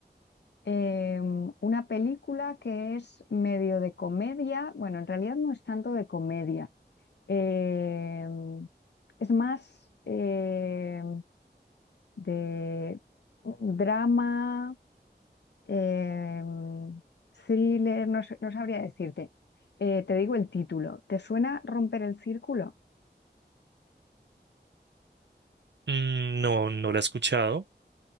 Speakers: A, on the left; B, on the right.
A: eh, una película que es medio de comedia, bueno, en realidad no es tanto de comedia, eh, es más eh, de drama, eh, thriller, no sé- no sabría decirte. Eh, te digo el título, ¿te suena Romper el Círculo?
B: Mm, no, no la he escuchado.